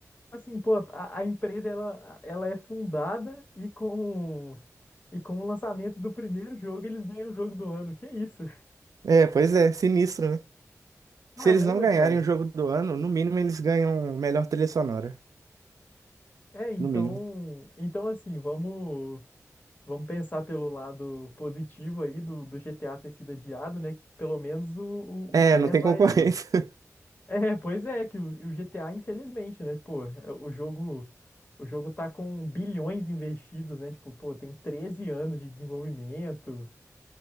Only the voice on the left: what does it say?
Assim, pô, a, a empresa ela, ela é fundada e com e com o lançamento do primeiro jogo eles ganham o jogo do ano. Que isso?
<laughs>
Caramba,
cara.
É, então,
então assim, vamos vamos pensar pelo lado positivo aí do, do GTA ter sido adiado, né? Pelo menos o, o,
o Claire
vai.
<laughs>
É, pois é, que o, o GTA, infelizmente, né? Pô, é, o jogo o jogo tá com bilhões investidos, né? Tipo, pô, tem 13 anos de desenvolvimento.